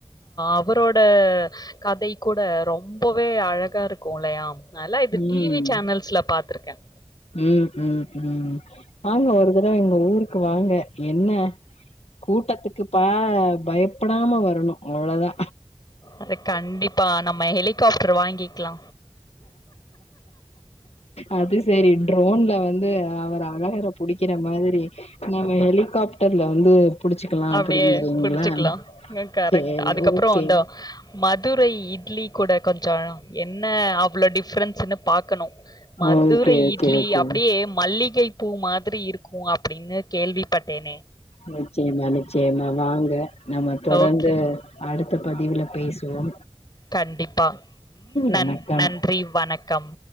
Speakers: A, on the left; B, on the left.
A: அவரோட கதை கூட ரொம்பவே அழகா இருக்கு இல்லையா அதெல்லாம் இது
B: உம்
A: டிவி சேனல்ஸ்ல பார்த்துருக்கேன்.
B: உம் உம் உம் வாங்க ஒரு தடவ எங்க ஊருக்கு வாங்க என்ன கூட்டத்துக்கு பா பயப்படாம வரணு அவ்ளோதா
A: அது கண்டிப் இப்ப நம்ம ஹெலிகாப்டர் வாங்கிக்லா
B: அது செரி ட்ரோன்ல வந் து அவர் அழகர புடிக்கிற மாதிரி நம்ம ஹெலிகாப்டர் ல வந்து புடிச்சுக்கலா
A: அப்டியே
B: அப்டிங்கிறீங்களா
A: புடிச்சுக்கலா கரெக்ட்
B: சேரி
A: அதுக்கப்றோ
B: ஓகே
A: அந்த மதுரை இட்லி கூட கொஞ்சோ என்ன அவ்ளோ டிஃப்ரன்ஸ்ஸுனு பாக்கணு Madurai
B: okay okay
A: idli
B: okay
A: அப்டியே மல்லிகை பூ மாதிரி இருக்கூ அப்டின்னு கேள்விப்பட்டேனே
B: ஆ ‌சேரி நானே செரிமா வாங்க நம்ம தொடர்ந்து
A: ஓகே
B: அடுத் த பதிவுல பேசுவோ
A: கண்டிப்பா நன்
B: வணக்கம்
A: நன்றி வணக்கம்